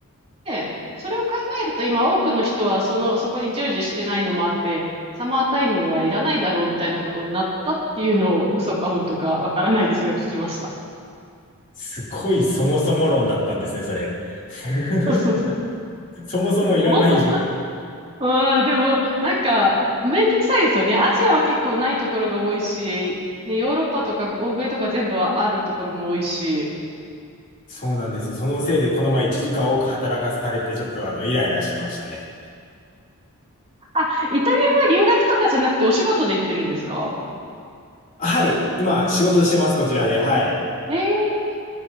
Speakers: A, on the right; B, on the left.
A: で、それを考えると今多くの人はその、そこに従事してないのもあって、サマータイムはいらないだろうみたいなことになったっていうのを嘘か本当かわからないですが聞きました。
B: すごいそもそも論だったんですね、それ。<laughs>
A: そうそうそ
B: そもそもいらないじゃん。
A: う。でも本当、うん、でもなんかめんどくさいですよね。アジアは結構ないところが多いし、ね、ヨーロッパとか欧米とか全部あるところも多いし。
B: そうなんですよ。そのせいでこの前1時間多く働かされて、ちょっとあの、イライラしてましたね。
A: あ、イタリアは留学とかじゃなくてお仕事で行ってるんですか
B: はい。今、仕事してます、こちらで。はい。
A: ええー